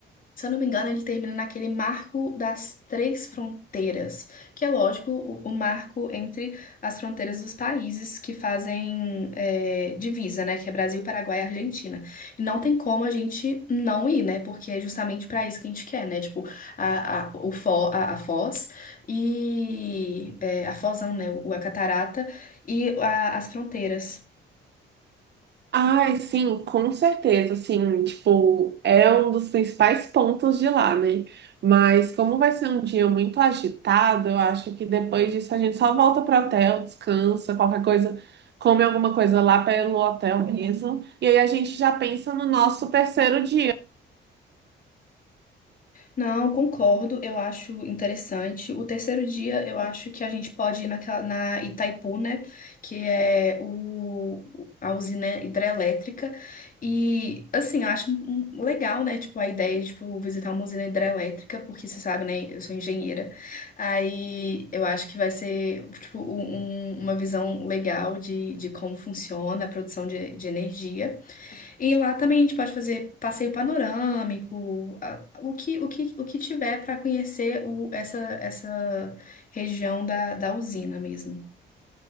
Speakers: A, on the left; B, on the right.
A: se eu não me engano, ele termina naquele marco das três fronteiras, que é lógico o, o marco entre as fronteiras dos países que fazem é, divisa, né? Que é Brasil, Paraguai e Argentina. E não tem como a gente não ir, né? Porque é justamente para isso que a gente quer, né? Tipo, a, a, o Fo- a, a Foz e é, a Foz, não, né? O, a Catarata e a- as fronteiras.
B: Ai, sim, com certeza, assim, tipo, é um dos principais pontos de lá, né? Mas como vai ser um dia muito agitado, eu acho que depois disso a gente só volta pro hotel, descansa, qualquer coisa, come alguma coisa lá pelo hotel mesmo. E aí a gente já pensa no nosso terceiro dia.
A: Não, concordo, eu acho interessante. O terceiro dia, eu acho que a gente pode ir naquela, na Itaipu, né? Que é o, a usina hidrelétrica. E, assim, eu acho um- um- legal, né? Tipo, a ideia de, tipo, visitar uma usina hidrelétrica, porque você sabe, né? Eu sou engenheira. Aí, eu acho que vai ser, tipo, um- um- uma visão legal de, de como funciona a produção de, de energia. E lá também a gente pode fazer passeio panorâmico, a- o que, o que, o que tiver para conhecer o- essa, essa região da, da usina mesmo.